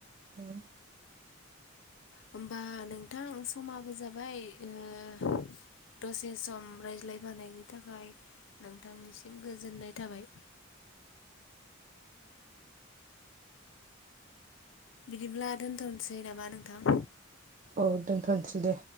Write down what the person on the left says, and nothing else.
होमबा नोंथां समाबो जाबाय ओ दसे सम रायज्लायफानायनि थाखाय नोंथांनिसिम गोजोननाय थाबाय। बिदिब्ला दोनथ'नोसै नामा नोंथां?